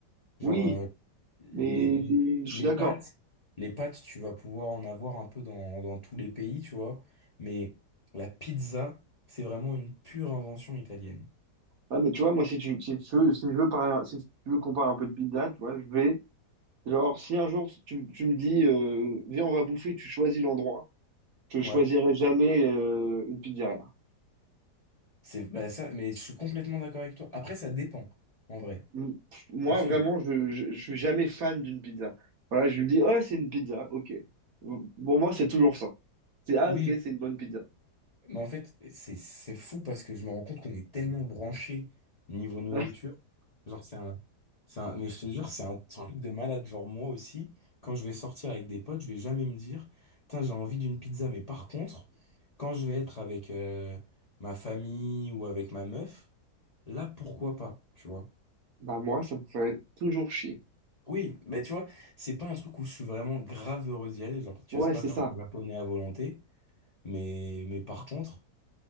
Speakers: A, on the left; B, on the right.
A: Genre,
B: Oui,
A: euh, les,
B: mais
A: les,
B: je
A: les
B: suis d'accord.
A: pâtes, les pâtes, tu vas pouvoir en avoir un peu dans, dans tous les pays, tu vois. Mais la pizza, c'est vraiment une pure invention italienne.
B: Ouais, mais tu vois, moi, si tu, si tu veux, si je veux parler- si tu veux qu'on parle un peu de pizza, tu vois, je vais. Genre, si un jour tu, m- tu me dis, euh, viens, on va bouffer, tu choisis l'endroit, je choisirai
A: Ouais,
B: jamais euh, une pizzeria.
A: c'est bah, ça, mais je suis complètement d'accord avec toi. Après, ça dépend, en vrai.
B: m- moi,
A: Parce
B: vraiment,
A: que,
B: je, je, je suis jamais fan d'une pizza. Voilà, je me dis, oh, c'est une pizza, ok. Pour moi, c'est toujours ça. C'est, ah,
A: oui,
B: ok, c'est une bonne pizza.
A: mais en fait, c'est c'est fou parce que je me rends compte qu'on est tellement branché niveau nourriture.
B: <laughs>
A: Genre, c'est un, c'est un, mais je te jure, c'est un truc de malade. Genre, moi aussi, quand je vais sortir avec des potes, je vais jamais me dire, Tain, j'ai envie d'une pizza. Mais par contre, quand je vais être avec euh, ma famille ou avec ma meuf, là, pourquoi pas, tu vois?
B: Bah, moi, ça me fait toujours chier.
A: Oui, mais tu vois, c'est pas un truc où je suis vraiment grave heureux d'y aller. Genre, tu
B: Ouais,
A: vois, c'est pas
B: c'est
A: comme
B: ça.
A: japonais à volonté. Mais, mais par contre,